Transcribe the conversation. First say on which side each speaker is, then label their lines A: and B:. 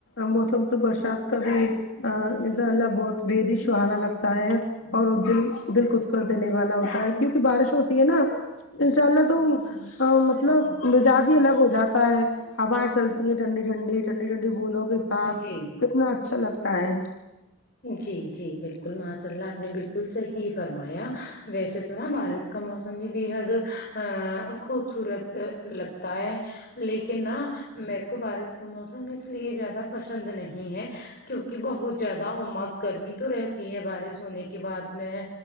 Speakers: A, on the left (about 65°); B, on the left (about 50°).
A: موسم تو برسات کا بھی ان شاء اللہ بہت بے حدی سہانا لگتا ہے اور دل دل خس کر دینے والا ہوتا ہے کیونکی بارش ہوتی ہے نا انشاء اللہ تو مطلب مزاج ہی الگ ہو جاتا تا ہے ہوائیں چلتی ہیں ٹھنڈی ٹھنڈی ٹھنڈی ٹھنڈی ہولو ساتھ
B: جی
A: کتنا اچھا لگتا ہے
B: جی جی بالکل ماشاء اللہ آپ نے بالکل صحیح فرمایا ویسے تو تو نا بارش کا موسم بھی بے حد آ خوب صورت لگتا ہے لیکن نا میرے کو بارش کا موسم اس لیے زیادہ پسند نہیں ہے کیونکی بہت زیادہ اماک گرمی تو رہتی ہے بارش ہونے کے بعد میں